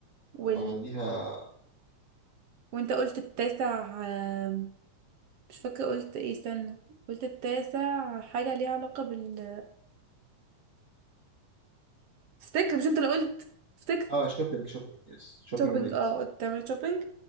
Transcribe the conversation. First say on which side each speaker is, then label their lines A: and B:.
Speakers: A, on the right; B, on the right.
A: وبعديها
B: وال وانت قلت التاسع آه مش فاكره قلت ايه استنى قلت التاسع حاجه ليها علاقه بال افتكر مش انت اللي قلت افتكر
A: اه شوبينج شوبينج يس شوبينج
B: شوبينج
A: ديت
B: اه قلت تعمل شوبينج